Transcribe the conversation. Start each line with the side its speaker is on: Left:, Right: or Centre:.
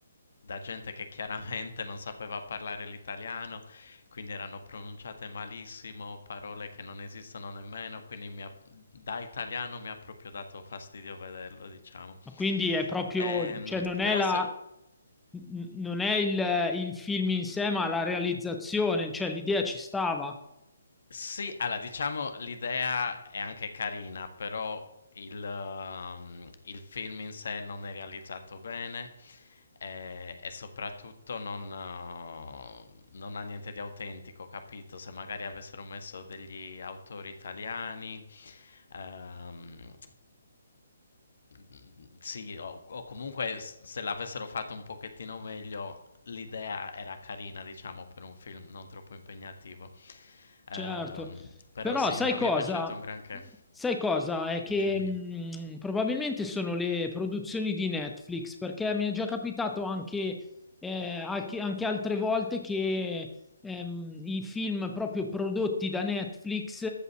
Left: da gente che chiaramente non sapeva parlare l'italiano, quindi erano pronunciate malissimo, parole che non esistono nemmeno, quindi mi ha- da italiano mi ha proprio dato fastidio vederlo, diciamo.
Centre: Ma Quindi è proprio,
Left: Ehm,
Centre: cioè non è
Left: però
Centre: la,
Left: se,
Centre: n- non è il, il film in sé, ma la realizzazione, cioè l'idea ci stava.
Left: Sì, allora diciamo l'idea è anche carina, però il, ehm, il film in sé non è realizzato bene eh, e, soprattutto non, eh, non ha niente di autentico, capito? Se magari avessero messo degli autori italiani, ehm, ehm, sì, o, o comunque s- se l'avessero fatto un pochettino meglio l'idea era carina, diciamo, per un film non troppo impegnativo. Ehm,
Centre: Certo,
Left: però
Centre: però
Left: sì,
Centre: sai
Left: non
Centre: cosa?
Left: mi è piaciuto un granché.
Centre: Sai cosa? È che
Left: Dimmi.
Centre: mh, probabilmente sono le produzioni di Netflix, perché mi è già capitato anche, eh, anche- anche altre volte che ehm, i film proprio prodotti da Netflix